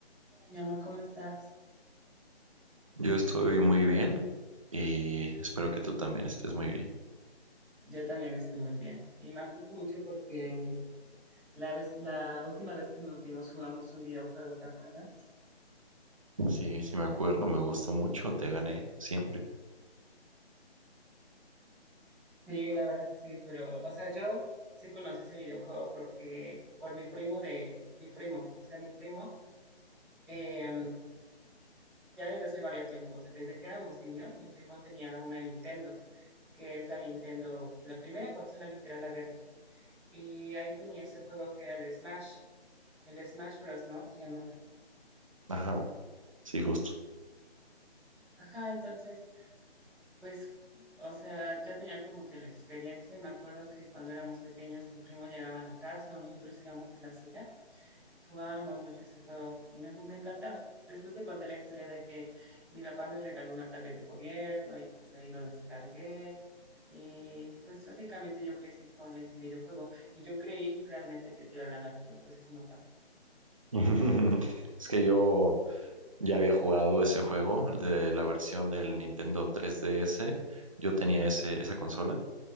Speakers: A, in the centre; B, on the right.
A: Hola, mi amor, ¿cómo estás?
B: Yo estoy muy bien y espero que tú también estés muy bien.
A: Yo también estoy muy bien. Y me acuerdo mucho porque la vez, la última vez que nos vimos jugamos un videojuego, ¿te acuerdas?
B: Sí, sí me acuerdo, me gustó mucho, te gané siempre.
A: Sí, la verdad, sí, pero, o sea, yo sí conocí ese videojuego porque, por mi primo de, mi primo, o sea, mi primo, eh, ya desde hace varios tiempos, o sea, desde que éramos niños, mi primo tenía una Nintendo, que es la Nintendo, la primera consola literal, la verde. Y ahí tenía ese juego que era el Smash. El Smash Bros, ¿no? Se llamaba.
B: Ajá, sí, justo.
A: Ajá, entonces Pues, o sea, ya tenía como que la experiencia y me acuerdo que cuando éramos pequeños mi primo llegaba a la casa o nosotros íbamos a la suya y jugábamos mucho ese juego y me, me encantaba. Después te conté la historia de que mi papá me regaló una tablet de gobierno y pues ahí lo descargué y pues básicamente yo crecí con ese videojuego y yo creí realmente que te iba a ganar, pero pues eso no pasa.
B: <laughs> Es que yo ya había jugado ese juego de la versión del Nintendo 3DS. Yo tenía ese, esa consola